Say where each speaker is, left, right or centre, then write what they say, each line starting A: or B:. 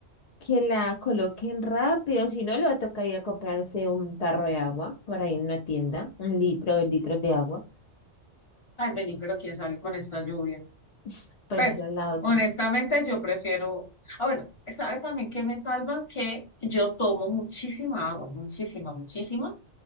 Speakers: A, on the left (about 65°); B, on the left (about 30°).
A: que la coloquen rápido, si no le va a tocar ir a comprarse un tarro de agua por ahí en una tienda, un litro, dos litros de agua. <sniffs>
B: Ay, vení, pero ¿quién sale con esta lluvia?
A: <laughs> Pues
B: Pues,
A: esa es la otra.
B: honestamente, yo prefiero. Ah, bueno, ¿sabes también que me salva? Que yo tomo muchísima agua, muchísima, muchísima,